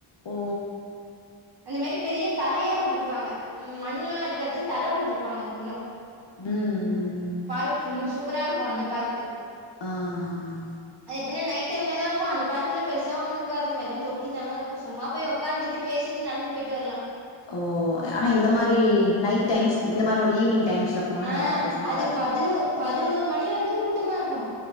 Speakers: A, on the left; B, on the right.
A: ஓ
B: இந்த மேரி பெரிய தரையா போட்ருப்பாங்க ம் மண்லா இருக்காது தர போட்ருப்பாங்க ஃபுல்லா
A: ம் ம்
B: பார்க் ஃபுல்லா சூப்பரா இருக்கோ அந்த பார்க்கு
A: ஆ ஆ
B: அது எப்டின்னா நைட் டைம்லதா இருக்கு அந்த பார்க்ல பெருசா ஒண்ணு இருக்காதுங்க வெறு தொ ட்டி தாங்க இருக்கோ சும்மா போய் ஒக்காந்துட்டு பேசிட்டு நடந்து போயிட்டு வர்லா
A: ஓ ஆனா இந்த மாரி நைட் டைம்ஸ் இந்த மாரி ஒரு ஈவினிங் டைம்ஸ்ல போனா
B: ஆ
A: நல்லா ப்ளசன்ட்டா
B: அது
A: இருக்கும்.
B: பதினொ பதினோரு மணி வரைக்கு கூட்டமா இருக்கோ